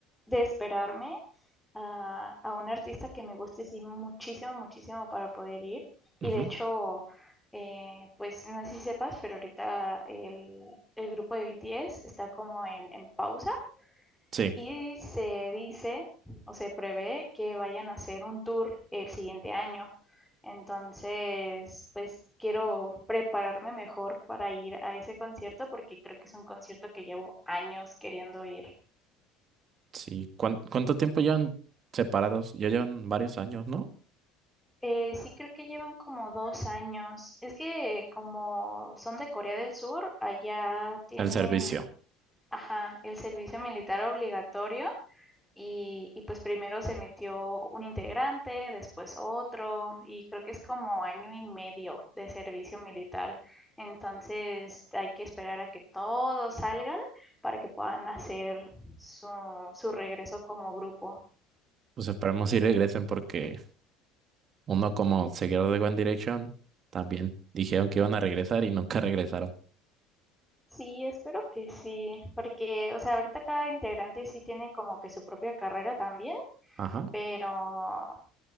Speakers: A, in the centre; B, on the right.
A: de esperarme a, a un artista que me guste sí, muchísimo, muchísimo para poder ir.
B: Ujú,
A: Y de hecho, eh, pues no sé si sepas, pero ahorita el, el grupo de BTS está como en, en pausa.
B: Sí,
A: Y se dice o se prevé que vayan a hacer un tour el siguiente año. Entonces, pues quiero prepararme mejor para ir a ese concierto porque creo que es un concierto que llevo años queriendo ir.
B: sí. ¿Cuán- ¿Cuánto tiempo llevan separados? Ya llevan varios años, ¿no?
A: Eh, sí creo que llevan como dos años. Es que como son de Corea del Sur, allá tienen,
B: El servicio.
A: ajá, el servicio militar obligatorio. Y, y pues primero se metió un integrante, después otro, y creo que es como año y medio de servicio militar. Entonces hay que esperar a que todos salgan para que puedan hacer su, su regreso como grupo.
B: Pues esperemos si regresen porque uno como seguidor de One Direction también dijeron que iban a regresar y nunca <laughs> regresaron.
A: Sí, espero que sí, porque, o sea, ahorita cada integrante sí tiene como que su propia carrera también,
B: Ajá,
A: pero,